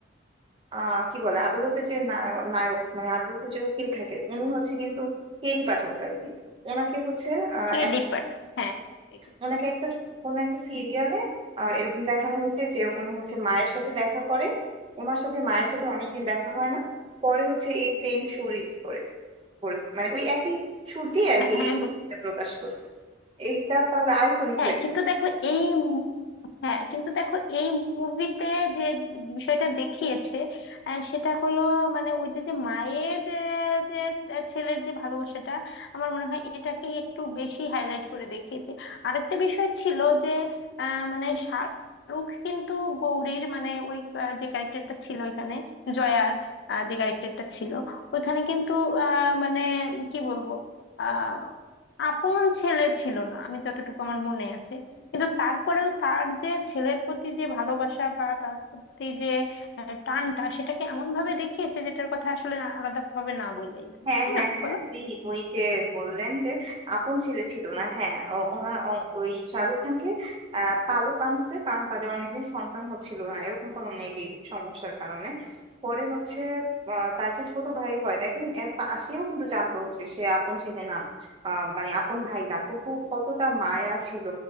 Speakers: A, on the right; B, on the left.
A: আহ কি বলে আদালতে যে নায়- নায়ক মানে আদালতে যে উকিল থাকে উনি হচ্ছে কিন্তু কেরি পাঠক আর কি ওনাকে হচ্ছে আহ,
B: কে
A: এক-
B: ডি পাঠক হ্যাঁ দেখেছি
A: ওনাকে একটা কোন একটা সিরিয়ালে এরকম দেখানো হয়েছে যে উনি হচ্ছে মায়ের সাথে দেখা করে ওনার সাথে মায়ের সাথে অনেকদিন দেখা হয় না পরে হচ্ছে এই সেম সুর ইউজ করে করে- মানে ওই একই সুর দিয়ে আর
B: হ্যাঁ
A: কি
B: হ্যাঁ বুঝ-
A: এইটা প্রকাশ করছে এইটা তাহলে আইকনিক
B: হ্যাঁ কিন্তু দেখো এই হ্যাঁ কিন্তু দেখো এই মুভিতে যে বিষয়টা দেখিয়েছে আহ, সেটা হলো মানে ওই যে যে মায়ের আহ, যে আহ, ছেলের যে ভালোবাসাটা আমার মনে হয় এটাকে একটু বেশি হাইলাইট করে দেখিয়েছে আরেকটা বিষয় ছিল যে আহ, মানে শাহরুখ কিন্তু গৌরীর মানে ওই আহ, যে ক্যারেক্টারটা ছিল ওইখানে জয়ার আহ, যে ক্যারেক্টারটা ছিল ওইখানে কিন্তু আহ, মানে কি বলবো আহ আপন ছেলে ছিল না আমি যতটুকু আমার মনে আছে কিন্তু তারপরেও তার যে ছেলের প্রতি যে ভালোবাসা বা তার প্রতি যে আহ, টানটা সেটাকে এমন ভাবে দেখিয়েছে যেটার কথা আসলে আলাদা ভাবে না আলাদাভাবে না বললেই না
A: হ্যাঁ
B: তাই
A: হ্যাঁ
B: না
A: হ্যাঁ
B: বলো
A: ওই ওই যে বললেন যে আপন ছেলে ছিল না হ্যাঁ ও- ওনা ও- ওই শাহরুখ খানকে আহ, পালক আনছে কারণ তাদের অনেকদিন সন্তান হচ্ছিল না এরকম কোনো মেবি সমস্যার কারণে পরে হচ্ছে আহ, তার যে ছোট ভাই হয় দেখেন এর পা- সেও কিন্তু জানতো হচ্ছে সে আপন ছেলে না আহ, মানে আপন ভাই না তবু কতটা মায়া ছিল